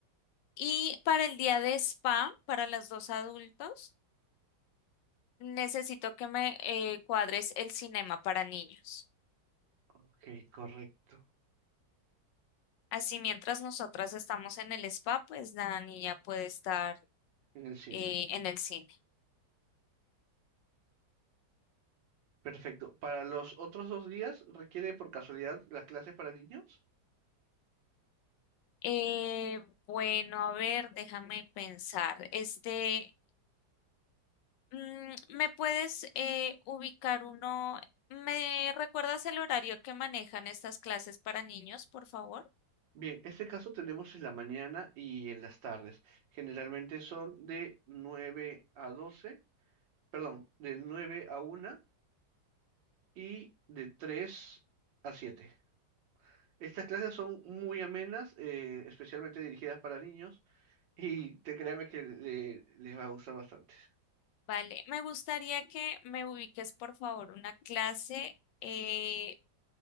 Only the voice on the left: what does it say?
Y para el día de spa, para los dos adultos, necesito que me eh, cuadres el cinema para niños.
Así mientras nosotras estamos en el spa, pues la niña puede estar
eh, en el cine.
Eh, bueno, a ver, déjame pensar. Este, mm, ¿me puedes eh, ubicar uno? ¿Me recuerdas el horario que manejan estas clases para niños, por favor?
Vale, me gustaría que me ubiques, por favor, una clase eh,